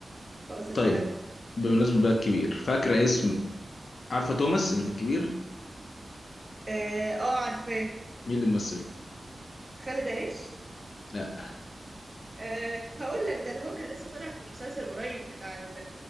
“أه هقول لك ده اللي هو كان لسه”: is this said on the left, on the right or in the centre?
Right